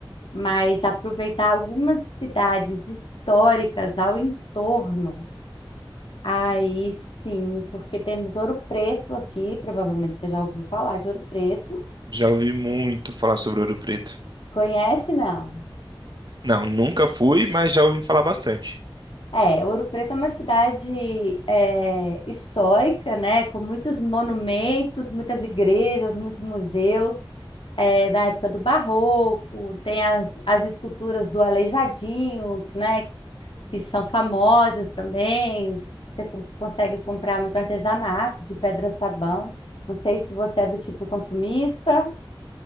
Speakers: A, on the left (about 70°); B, on the right (about 55°).
A: mas aproveitar algumas cidades históricas ao entorno. Aí sim, porque temos Ouro Preto aqui, provavelmente você já ouviu falar de Ouro Preto.
B: Já ouvi muito falar sobre Ouro Preto.
A: Conhece, não?
B: Não, nunca fui, mas já ouvi falar bastante.
A: É, Ouro Preto é uma cidade é, histórica, né? Com muitos monumentos, muitas igrejas, muito museu. É, da época do Barroco, tem as, as esculturas do Aleijadinho, né? que são famosas também. Você com- consegue comprar muito artesanato de pedra-sabão. Não sei se você é do tipo consumista.